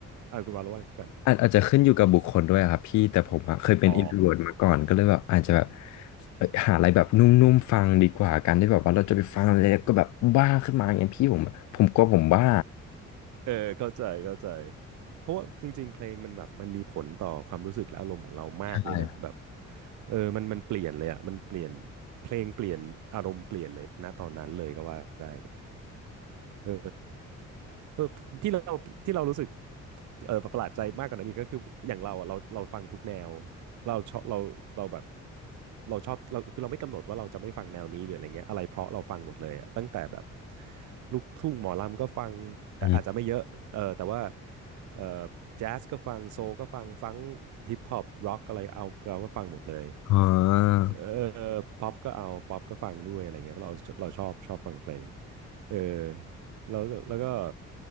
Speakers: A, on the right; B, on the left.
A: อ่ะคุณวาแล้วว่าก่อน
B: อาจอาจจะขึ้นอยู่กับบุคคลด้วยอะครับพี่แต่ผมอะเคยเป็นอินโทรเวน์มาก่อนก็เลยแบบอาจจะแบบ
A: อ๋อ
B: เอ้ยหาอะไรแบบนุ่มๆฟังดีกว่าการที่แบบว่าเราจะไปฟังอะไรแล้วก็แบบบ้าขึ้นมาอย่างเงี้ยพี่ผมผมกลัวผมบ้า
A: เออเข้าใจเข้าใจเพราะว่าจริงๆเพลงมันแบบมันมีผลต่อความรู้สึกและอารมณ์ของเรามากเลยเนอะแบบ
B: ใช่
A: เออมันมันเปลี่ยนเลยอ่ะมันเปลี่ยนเพลงเปลี่ยนอารมณ์เปลี่ยนเลยณตอนนั้นเลยก็ว่าได้เออ เออที่เราที่เรารู้สึกเออประหลาดใจมากกว่านั้นอีกก็คืออย่างเราอะเราเราฟังทุกแนวเราชอบเราเราแบบเราชอบเราคือเราไม่กำหนดว่าเราจะไม่ฟังแนวนี้หรืออะไรเงี้ยอะไรเพราะเราฟังหมดเลยอะตั้งแต่แบบลูกทุ่งหมอลำก็ฟังแต่อาจจะไม่เยอะเออแต่ว่า
B: อืม
A: เออแจ๊สก็ฟังโซลก็ฟังฟังฮิปฮอปร็อกอะไรเอาเราก็ฟังหมดเลย
B: อ๋อ
A: เออป๊อปก็เอาป๊อปก็ฟังด้วยอะไรเงี้ยเพราะเราเราชอบชอบฟังเพลงเออแล้วก็แล้วก็